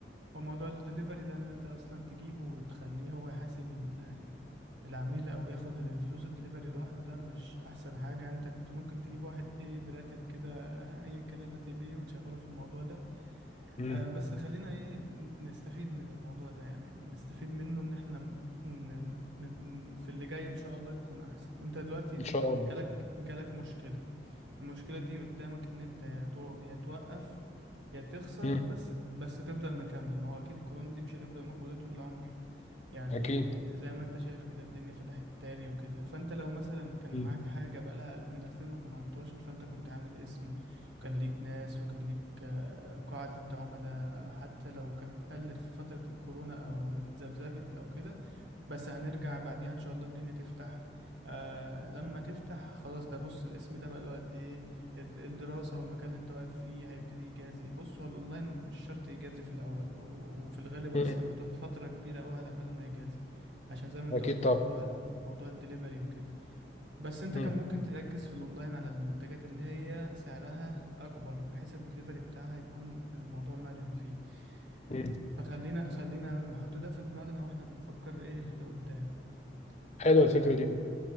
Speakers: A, on the right; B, on the left.
A: هو موضوع الدليفري ده ان انت اصلا تجيبه وتخليه هو يحاسب ال- العميل او ياخد فلوس الدليفري لوحده ده مش احسن حاجة انت كنت ممكن تجيب واحد ايه براتب كده ايا كان الراتب ايه وتشغله في الموضوع ده
B: امم
A: آه بس خلينا ايه ن- نستفيد من الموضوع ده يعني نستفيد منه ان احنا ن- ن- ن- ن- في اللي جاي ان شاء الله نكون احسن انت دلوقتي
B: ان شاء الله
A: جالك جالك مشكلة المشكلة دي قدامك إن أنت يا تو- يا توقف يا تخسر
B: امم
A: بس بس تفضل مكمل ما هو أكيد الكورونا دي مش هتفضل موجودة طول العمر يعني
B: اكيد
A: زي ما أنت شايف كده الدنيا فتحت تاني وكده فأنت لو مثلا كان
B: امم
A: معاك حاجة بقالها من 2018 فأنت كنت عامل اسم كان ليك ناس وكان ليك آه، قاعدة عملاء حتى لو كانت قلت في فترة الكورونا أو اتذبذبت أو كده بس هنرجع بعديها ان شاء الله الدنيا تفتح آه لما تفتح خلاص ده بص الاسم ده بقى له قد ايه ال- الدراسة والمكان اللي انت واقف فيه هيبتدي يجازي بص هو الاونلاين مش شرط يجازي في الاول و- وفي الغالب اصلا
B: امم
A: بتقعد فترة كبيرة قوي على بال ما يجازي عشان زي ما انت
B: اكيد
A: قلت
B: طبعا
A: موضوع ال- موضوع الدليفري وكده بس انت
B: امم
A: كان ممكن تركز في الاونلاين على المنتجات اللي هي سعرها اكبر بحيث الدليفري بتاعها يكون الموضوع مرن فيه
B: امم
A: فخلينا خلينا نحط ده في دماغنا واحنا بنفكر ايه لقدام
B: حلوة
A: اه
B: الفكرة دي برضو.